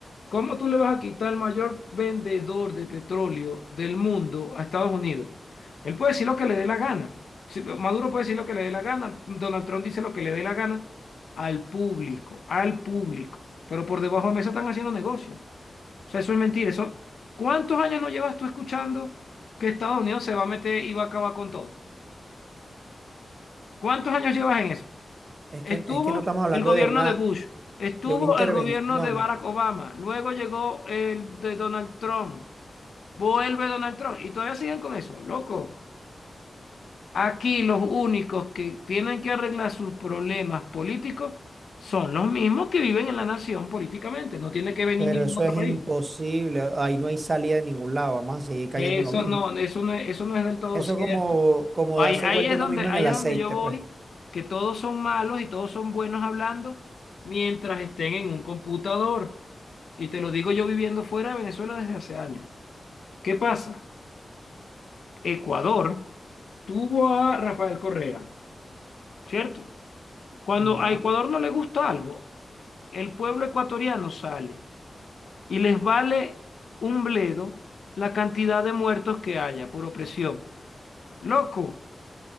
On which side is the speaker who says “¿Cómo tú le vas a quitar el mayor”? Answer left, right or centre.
Left